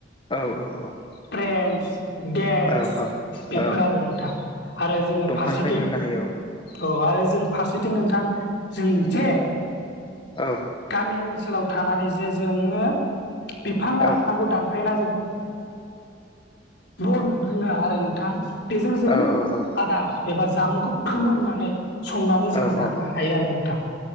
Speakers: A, on the left (about 30°); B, on the left (about 65°).
A: औ औ औ।
B: ट्रेन्स देक्स
A: औ
B: बेफोर
A: औ
B: आरो नोंथां आरो जोङो
A: दंफांनिफ्राय
B: फारसेथिं
A: मोननो हायो
B: औ आरो जों फारसेथिं नोंथां जों जे
A: औ
B: गामि ओनसोलाव थानानै जे जोङो बिफां लाइफांखौ
A: औ
B: दान फायना जों <unintelligible> रोङा आरो नोंथां। बेजों जों
A: औ औ औ
B: आदार एबा जामुंखौ फोमोननानै संनानै जों
A: औ
B: जानो हायो आरो नोंथां ‌